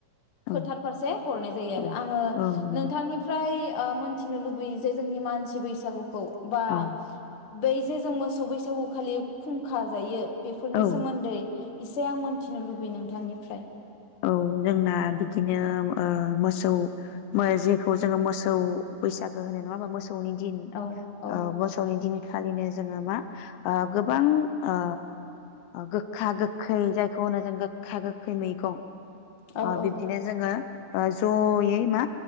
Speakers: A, on the left (about 45°); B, on the left (about 80°).
A: फोथार
B: औ
A: फारसे हरनाय जायो आरो
B: औ
A: आङो
B: औ नंगौ
A: नोंथांनिफ्राय ओ मोनथिनो लुबैयो जे जोंनि मानसि बैसागु औ बा
B: औ
A: बै जे जों मोसौ बैसागु खालि खुंखा जायो बेफोरनि
B: औ
A: सोमोन्दै इसे आं मोनथिनो लुबैयो नोंथांनिफ्राय
B: औ जोंना बिदिनो ओ मोसौ जेखौ जोङो मोसौ बैसागो होनाय नङा होमबा मोसौ मोसौनि दिन
A: औ औ
B: ओ मोसौनि दिन खालिनो जोङो मा गोबां ओ गोखा गोखै जायखौ होनो जों गोखा गोखै मैगं
A: औ
B: अ
A: औ
B: बिबदिनो जोङो अ जयै मा